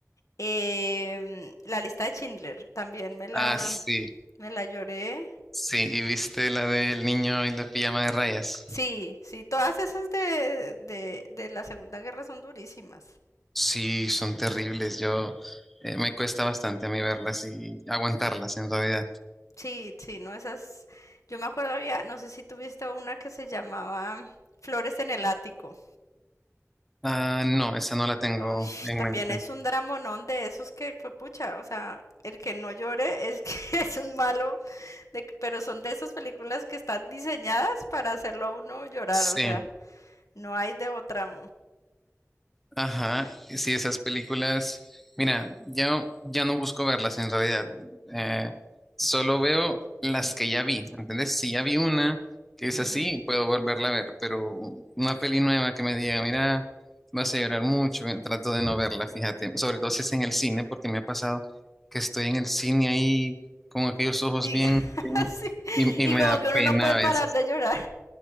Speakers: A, on the left; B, in the centre.
A: em, la lista de Schindler, también me la,
B: Ah, sí,
A: me la lloré.
B: sí, y viste la del niño y la pijama de rayas.
A: Sí, sí, todas esas de, de, de la Segunda Guerra son durísimas.
B: Sí, son terribles. Yo eh, me cuesta bastante a mí verlas y aguantarlas en realidad.
A: Sí, sí, no esas. Yo me acuerdo había, no sé si tuviste una que se llamaba Flores en el ático.
B: Ah, no, esa no la tengo
A: Ay,
B: en
A: también
B: mente.
A: es un dramonón de esos que fue pucha, o sea, el que no llore es que <laughs> es un malo, de- pero son de esas películas que están diseñadas para hacerlo a uno llorar,
B: Sí,
A: o sea, no hay de otra.
B: Ajá, sí, esas películas, mira, ya, ya no busco verlas en realidad, eh, solo veo las que ya vi, ¿entendés? Si ya vi una que es
A: Ujú.
B: así, puedo volverla a ver, pero una peli nueva que me diga, mira, vas a llorar mucho, eh, trato de no verla, fíjate, sobre todo si es en el cine, porque me ha pasado que estoy en el cine ahí con aquellos ojos
A: Y
B: bien,
A: <laughs>
B: bien,
A: sí,
B: y,
A: y
B: y me
A: como
B: da
A: que uno
B: pena
A: no puede
B: a
A: parar
B: veces,
A: de llorar.